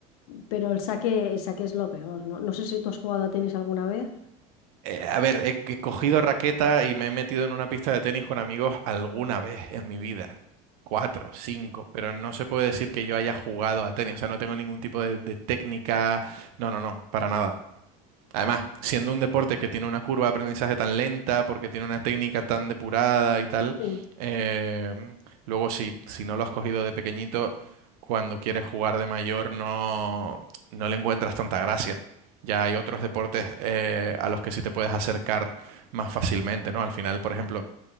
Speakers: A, on the left (about 85°); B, on the right (about 85°).
A: pero el saque, el saque es lo peor, ¿no? No sé si tú has jugado a tenis alguna vez.
B: Eh, a ver, he, he cogido raqueta y me he metido en una pista de tenis con amigos alguna vez en mi vida. Cuatro, cinco, pero no se puede decir que yo haya jugado a tenis. O sea, no tengo ningún tipo de, de técnica. No, no, no, para nada. Además, siendo un deporte que tiene una curva de aprendizaje tan lenta, porque tiene una técnica tan depurada y tal,
A: Ujú.
B: eh, luego si, si no lo has cogido de pequeñito, cuando quieres jugar de mayor no, no le encuentras tanta gracia. Ya hay otros deportes eh, a los que sí te puedes acercar más fácilmente, ¿no? Al final, por ejemplo,